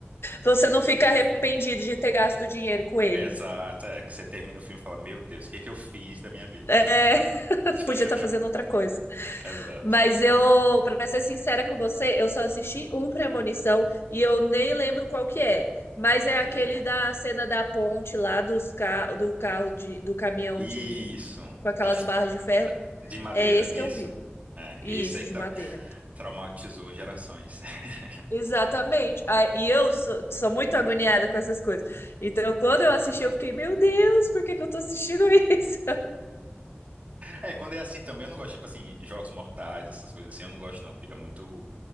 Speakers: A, on the left (about 80°); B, on the right (about 40°).
A: Você não fica arrependido de ter gasto dinheiro com ele.
B: Exato, é que você termina o filme e fala, meu Deus, o que é que eu fiz da minha vida?
A: É, <laughs>
B: <laughs>
A: podia estar fazendo outra coisa.
B: Exato.
A: Mas eu, pra ser sincera com você, eu só assisti um Premonição e eu nem lembro qual que é. Mas é
B: Eita.
A: aquele da cena da ponte lá dos ca... do carro de... do caminhão
B: Isso,
A: de com aquelas
B: das-
A: barras de ferro.
B: da- de madeira,
A: É esse
B: isso.
A: que eu vi.
B: É,
A: Isso,
B: esse aí que
A: de
B: tra-
A: madeira.
B: traumatizou gerações. <laughs>
A: Exatamente. Ah, E eu sou, sou muito agoniada com essas coisas. Então, quando eu assisti, eu fiquei, meu Deus, por que que eu tô assistindo isso?
B: É, quando é assim também, eu não gosto, tipo assim, jogos mortais, essas coisas assim, eu não gosto não, fica muito,